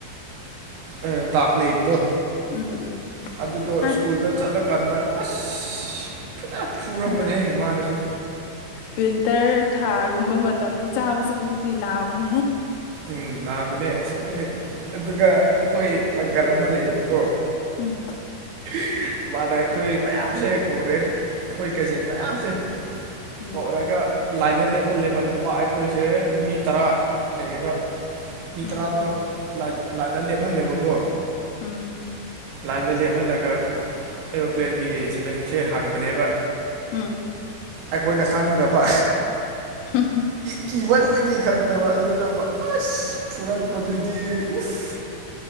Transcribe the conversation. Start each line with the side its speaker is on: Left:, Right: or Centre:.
Right: ꯑ ꯗꯥꯛ ꯂꯩꯕꯗꯣ
Left: ꯎꯝ ꯎꯝ ꯎꯝ
Right: ꯑꯗꯨꯗꯣ
Left: ꯍ
Right: ꯁ꯭ꯀꯨꯜꯗ ꯆꯠꯂꯀꯥꯟꯗ ꯑꯁ ꯐꯖꯅ ꯐꯨꯔꯝꯕꯅꯦꯍꯦ
Left: <unintelligible>
Right: ꯃꯥꯅꯁꯨ
Left: ꯋꯤꯟꯇꯔ ꯊꯥꯒꯨꯝꯕ ꯃꯇꯝꯗ ꯆꯥꯕ ꯆꯩꯗꯨꯗꯤ ꯅꯥꯕꯅꯦꯍꯦ
Right: ꯎꯝ ꯅꯥꯕꯅꯦ ꯑꯁꯦꯡꯕꯩꯅꯦ ꯑꯗꯨꯒ ꯑꯩꯈꯣꯏ ꯑꯪꯀꯜ ꯑꯃ ꯂꯩꯌꯦꯕꯀꯣ
Left: ꯎꯝ
Right: <unintelligible> ꯃꯥꯅ ꯑꯩꯈꯣꯏ ꯃꯌꯥꯝꯁꯦ ꯀꯧꯔꯦ ꯑꯩꯈꯣꯏ ꯀꯥꯖꯤꯟ ꯃꯌꯥꯝꯁꯦ
Left: ꯎꯝ
Right: ꯀꯧꯔꯒ ꯂꯥꯏꯟꯗ ꯂꯦꯞꯍꯜꯂꯦꯕ ꯅꯨꯄꯥ ꯑꯩꯈꯣꯏꯁꯦ ꯃꯤ ꯇꯔꯥ ꯂꯩꯌꯦꯕ ꯃꯤ
Left: ꯎꯝ
Right: ꯇꯔꯥꯗꯣ ꯂꯥꯏꯟ ꯂꯥꯏꯟꯗ ꯂꯦꯞꯍꯜꯂꯦꯕꯀꯣ
Left: ꯎꯝ
Right: ꯂꯥꯏꯟꯗ ꯂꯦꯞꯍꯜꯂꯒ ꯑꯦꯔꯣꯄ꯭ꯂꯦꯟꯒꯤ ꯏꯁꯄꯦꯂꯤꯡꯁꯦ ꯍꯪꯕꯅꯦꯕ
Left: ꯎꯝ
Right: ꯑꯩꯈꯣꯏꯅ ꯈꯪꯗꯕ
Left: ꯍꯝꯍꯝ
Right: ꯀꯤꯃꯟꯕꯒꯤ ꯈꯪꯗꯕ ꯑꯗꯨꯒꯕ ꯑꯁ ꯐꯨꯔꯛꯄꯗꯨꯗꯤ ꯎꯐ